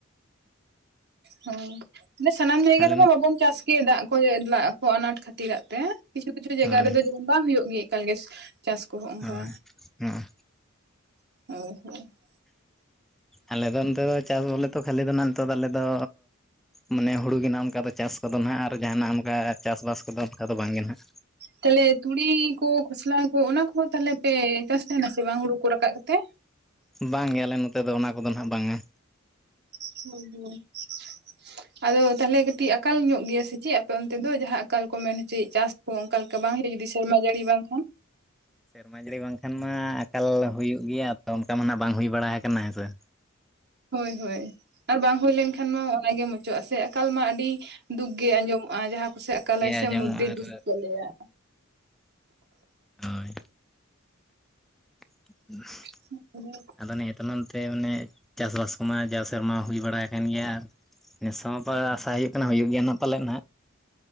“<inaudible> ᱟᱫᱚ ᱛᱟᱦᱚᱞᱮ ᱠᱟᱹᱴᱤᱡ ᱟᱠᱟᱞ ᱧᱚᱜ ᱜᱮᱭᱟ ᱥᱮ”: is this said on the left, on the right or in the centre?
Right